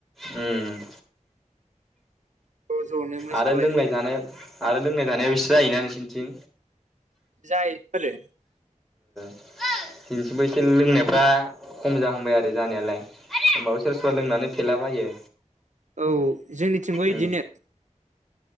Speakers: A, in the centre; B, on the right.
A: उम
B: ज' ज'नो मोसालायनो
A: आरो लोंनाय जानाय आरो लोंनाय जानाया एसे जायोना नोंसोरनिथिं
B: जायफोरो
A: जोंनिसिमबो एसे लोंनायफ्रा खम जाहांबाय आरो जानायालाय होनबाबो सोरबा सोरबा लोंनानै फेलाबायो
B: औ जोंनिथिंबो बिदिनो
A: उम